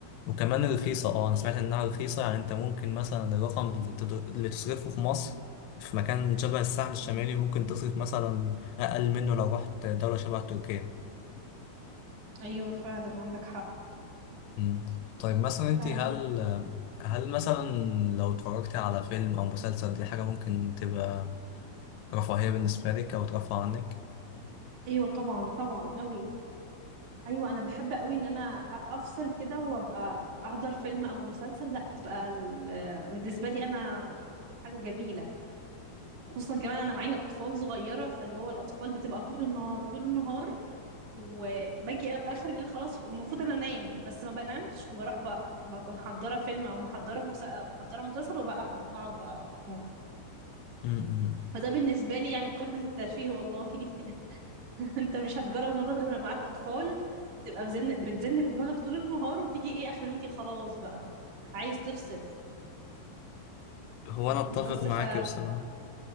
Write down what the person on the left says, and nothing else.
وكمان رخيصة اه أنا
سمعت إنها رخيصة يعني أنت ممكن مثلا الرقم اللي, تدر... اللي تصرفه في مصر في مكان شبه الساحل الشمالي
ممكن تصرف مثلا أقل منه لو رحت دولة شبه تركيا
مم. طيب مثلا انت
هل هل مثلا لو اتفرجتي على فيلم او مسلسل دي حاجة ممكن تبقى رفاهية بالنسبة لك او ترفع عنك
مم.
هو
انا اتفق
معاك
بصراحة